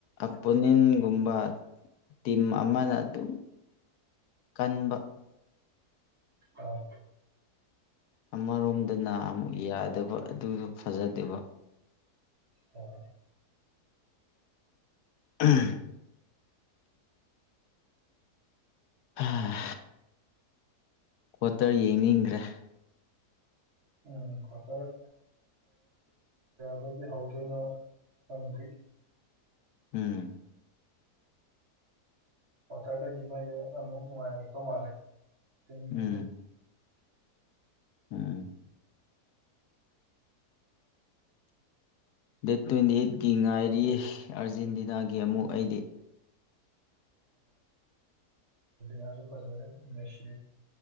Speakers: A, on the left; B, on the right.
A: ꯑꯄꯣꯅꯤꯟꯒꯨꯝꯕ ꯇꯤꯝ ꯑꯃꯅ ꯑꯗꯨꯝ ꯀꯟꯕ
B: ꯑꯥ
A: ꯑꯃꯔꯣꯝꯗꯅ ꯑꯃꯨꯛ ꯌꯥꯗꯕ ꯑꯗꯨꯗꯣ ꯐꯖꯗꯦꯕ
B: ꯑꯣ
A: ꯎꯝ ꯑꯝ ꯀ꯭ꯇꯔ ꯌꯦꯡꯅꯤꯡꯈ꯭ꯔꯦ
B: ꯎꯝ ꯀ꯭ꯋꯥꯇꯔ ꯑꯗꯒꯤ ꯍꯧꯗꯣꯏꯅꯣ ꯈꯪꯗ꯭ꯔꯤ
A: ꯎꯝ
B: ꯀꯋꯥꯇ꯭ꯔꯗꯩꯗꯤ ꯅꯣꯏ ꯑꯃꯨꯛ ꯅꯨꯉꯥꯏꯔꯛꯇꯧ ꯃꯥꯜꯂꯦ ꯇꯤꯝꯁꯤꯡꯗꯤ
A: ꯎꯝ ꯎꯝ ꯗꯦꯠ ꯇ꯭ꯋꯦꯟꯇꯤ ꯑꯩꯠꯀꯤ ꯉꯥꯏꯔꯤ ꯑꯥꯔꯖꯦꯟꯇꯤꯅꯥꯒꯤ ꯑꯃꯨꯛ ꯑꯩꯗꯤ
B: ꯇꯤꯅꯥꯁꯨ ꯐꯖꯥꯔꯦ ꯃꯦꯁꯤ